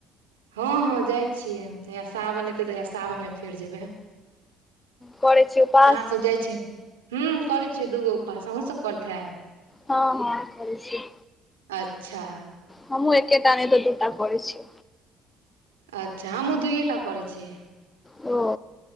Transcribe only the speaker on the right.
हँ हँ जाइत छियै हैया सावन एतै तऽ हैया सावन मे फेर जेबैय।
अहाँ सब जाइ छी हुं करै छियै दूगो उपास अहुूँ सब करैत हेैब।
अच्छा
अच्छा हमू दुएटा करै छी